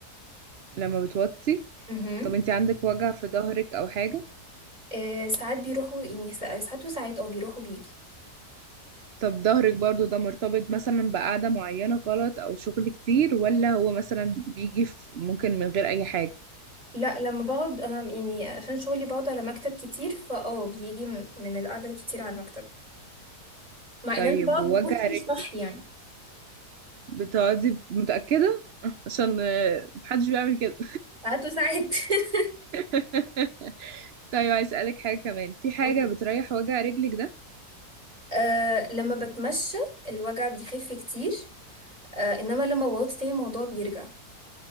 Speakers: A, on the right (about 55°); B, on the right (about 25°).
A: لما بتوطي
B: مهم.
A: طب انتي عندك وجع في ظهرك او حاجة
B: آه، ساعات بيروحوا يعني سا- ساعات وساعات اه بيروحوا بيجي
A: طب ظهرك برضو ده مرتبط مثلا بقعدة معينة غلط أو شغل كتير ولا هو مثلا بيجي في ممكن من غير أي حاجة
B: لا لما بقعد انا يعني عشان شغلي بقعد على مكتب كتير فاه بيجي م- من القعده الكتير على المكتب مع
A: طيب
B: ان انا بقعد
A: ووجع
B: بكرسي
A: رجلك
B: صح يعني
A: بتقعدي متأكدة <laughs> عشان آه، محدش بيعمل كده
B: ساعات وساعات <laughs>
A: <laughs> طيب عايز أسألك حاجة كمان في حاجة
B: اوكي
A: بتريح وجع رجلك ده
B: آه لما بتمشى الوجع بيخف كتير آه انما لما بقعد تاني الموضوع بيرجع